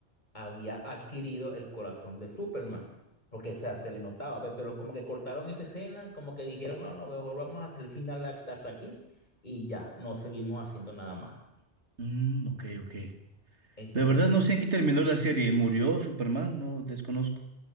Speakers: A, on the left; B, on the right.
A: había adquirido el corazón de Superman, porque o sea, se le notaba, pe- pero como que cortaron esa escena, como que dijeron, no, no, mejor vamos a hacer el final hasta hasta aquí y ya, no seguimos haciendo nada más.
B: Mm, ok, ok.
A: Entonces,
B: La verdad
A: sí,
B: no sé en qué terminó la serie, ¿murió Superman? No, desconozco.